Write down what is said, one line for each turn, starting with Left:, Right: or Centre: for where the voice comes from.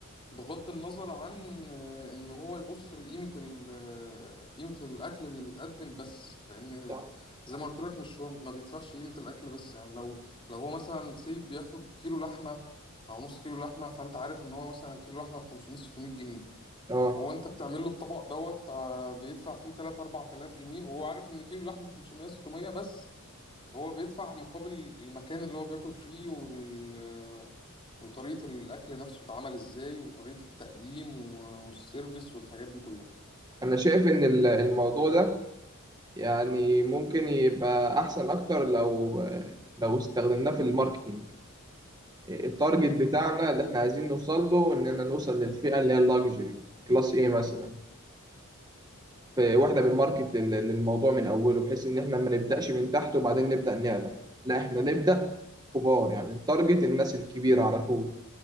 Left: بغض النظر عن آه، ان هو يبص لقيمه ال- آه، قيمه الاكل اللي متقدم بس لان
Right: صح
Left: زي ما قلت لك مش هو ما بيدفعش قيمه الاكل بس يعني لو لو هو مثلا سيب بياخد كيلو لحمه او نص كيلو لحمه فانت عارف ان هو مثلا كيلو لحمه ب 500 600 جنيه
Right: اه
Left: هو انت بتعمل له الطبق دوت آه، بيدفع فيه 3 4000 جنيه وهو عارف ان كيلو لحمه ب 500 600 بس هو بيدفع مقابل المكان اللي هو بياكل فيه وال... وطريقة الأكل نفسه اتعمل إزاي وطريقة التقديم و- والسيرفيس والحاجات دي كلها
Right: انا شايف ان ال- الموضوع ده يعني ممكن يبقى احسن اكتر لو لو استخدمناه في الماركتينج التارجت بتاعنا اللي احنا عايزين نوصل له اننا نوصل للفئة اللي هي اللاكجري كلاس ايه مثلا ف- واحنا بنماركت لل- للموضوع من اوله بحيث ان احنا ما نبداش من تحت وبعدين نبدا نعلى لا احنا نبدا كبار يعني التارجت الناس الكبيرة على طول